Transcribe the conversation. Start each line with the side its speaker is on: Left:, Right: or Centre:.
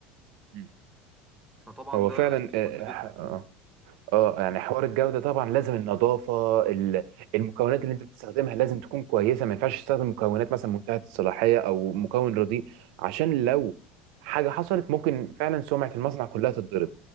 Right: مم.
Centre: فطبعا
Right: هو
Centre: ده
Right: فعلا
Centre: شيء
Right: اه
Centre: مهم جدا
Right: آه، آه، يعني حوار الجودة طبعا لازم النظافة ال- المكونات اللي انت بتستخدمها لازم تكون كويسة ما ينفعش تستخدم مكونات مثلا منتهية الصلاحية او مكون رديء عشان لو حاجة حصلت ممكن فعلا سمعة المصنع كلها تتضرب